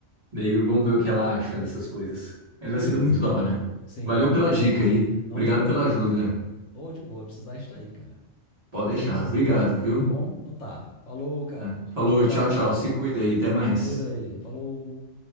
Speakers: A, on the right (about 35°); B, on the left (about 70°).
A: Daí vamos ver o que ela acha dessas coisas. Mas
B: Beleza,
A: vai ser muito
B: cara.
A: da hora.
B: Sim,
A: Valeu pela
B: com
A: dica
B: certeza.
A: aí.
B: Não,
A: Obrigado
B: de boa,
A: pela
B: tranquilo.
A: ajuda.
B: Ô, de boa, precisar estar aí, cara.
A: Pode
B: Mas
A: deixar.
B: é isso,
A: Obrigado,
B: assim.
A: viu?
B: Tá bom? Então tá. Falou, cara.
A: Tá. Falou,
B: Tchau, tchau.
A: tchau, tchau. Se cuida aí, até mais.
B: Se cuida aí. Falou.